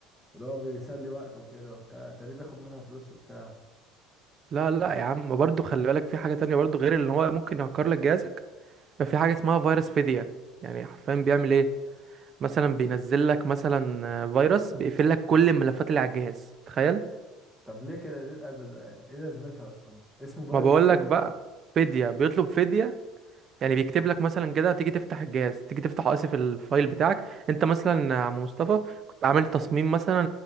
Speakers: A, in the centre; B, on the right.
A: واللي هو بيسلي وقته وكده وبتاع تقريبا بياخد منها فلوس وبتاع
B: لا لا يا عم برضو خلي بالك في حاجه تانية برضو غير اللي هو ممكن يهكر لك جهازك ففي حاجه اسمها فيروس فدية يعني حرفيا بيعمل ايه مثلا بينزل لك مثلا فيروس بيقفل لك كل الملفات اللي على الجهاز تخيل
A: طب ليه كده ليه الاذى ده يعني ايه لازمتها اصلا اسمه فيروس
B: ما بقولك
A: ايه
B: بقى فدية بيطلب فدية يعني بيكتب لك مثلا كده تيجي تفتح الجهاز تيجي تفتح اسف الفايل بتاعك انت مثلا يا عم مصطفى كنت عامل تصميم مثلا